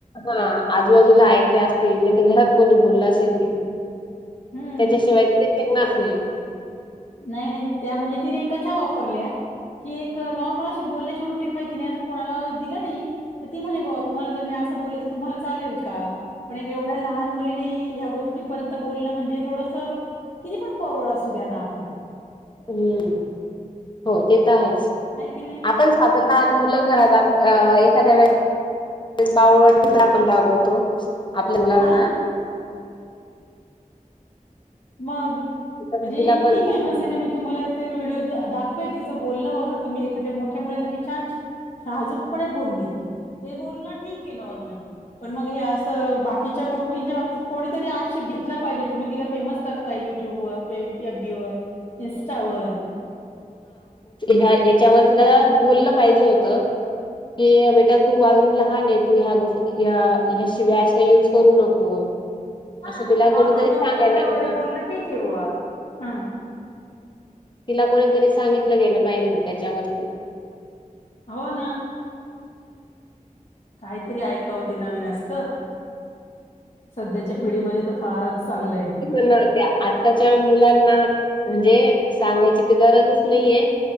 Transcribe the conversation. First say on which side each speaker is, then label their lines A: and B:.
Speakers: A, on the left; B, on the left.
A: हा आजूबाजूला ऐकले असतील नाही तर घरात कोणी बोललं असेल.
B: हम्म
A: त्याच्याशिवाय ति ते शिकणारच नाही.
B: नाही नाही त्या म्हणजे तिने कशा अशा वापरल्या की एक नॉर्मल असे बोलण्याच्या रू. कठी माहिती कोणाला दिलं नाही तर ती म्हणे बा तुम्हाला जर मी असं बोललं तर तुम्हाला चालेल का. पण एक एवढ्या लहान मुलीने ह्या गोष्टी पर्यंत बोलण म्हणजे थोडस किती पण फॉरवर्ड असू द्या ना आपण.
A: हम्म हो ते तर आहेच
B: ऐकिले
A: आपण साध लहान मुलं घरात एखाद्या वेळे ते बावळवाडला आपण रागवतो आपल्या मुलांना
B: हा मग
A: तसं
B: म्हणजे
A: तिला
B: इतकी
A: पण
B: फेमस
A: हां.
B: आहे ना मी तुम्हाला व्हिडिओ दाखवेल तिचं बोलणं बघा तुम्ही एखा्या मोठ्या मुसाठी छान शजूकपणे बोलली ती ते बोलणं ठीक आहे नॉर्मली पण मग हे असं बाकीच्या गोष्टींच्या बाबतीत कोणीतरी आक्षेप घेतला पाहिजे तुम्ही तिला फेमस करताय युट्यूब वर फ ए बी वर इंस्टावरर
A: हा याच्यावर तिला बोललं पाहिजे होतं कि बेटा तू अजून लहान आहे तु ह्या गोष्टी या ह्याशिवाय असा युज करू नको
B: हा
A: असं तिला
B: ह नॉर्मल
A: कोणीतरी
B: ममधन
A: सांगायला
B: वगैरे
A: हां,
B: बोलणं ठीक आहे ह
A: तिला कोणीतरी सांगितलं गेलं पाहिजे त्याच्यावरती
B: हो ना काहीतरी ऐकावते नवीन असत सध्याच्या पिढीमध्ये तर फारच चाललय
A: ना ते आत्ताच्या मुलांना म्हणजे सांगायची तर गरजच नाहीये